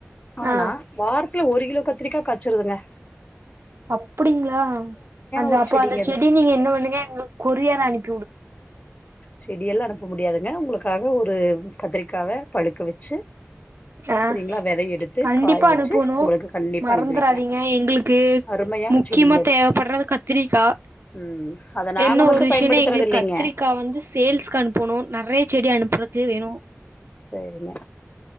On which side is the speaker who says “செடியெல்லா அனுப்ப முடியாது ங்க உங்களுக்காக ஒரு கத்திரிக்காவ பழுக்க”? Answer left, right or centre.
Left